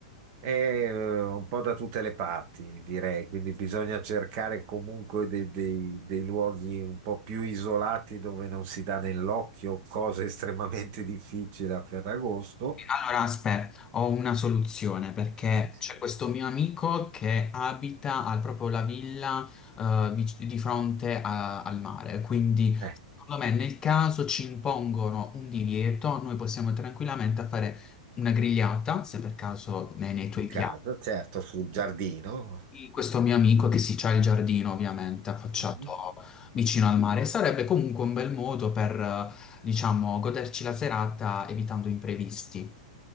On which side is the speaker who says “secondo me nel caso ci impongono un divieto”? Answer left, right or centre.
Left